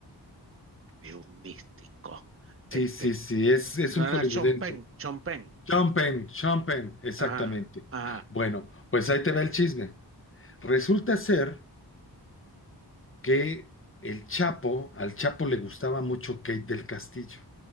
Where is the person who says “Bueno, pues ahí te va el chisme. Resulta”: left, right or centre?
Left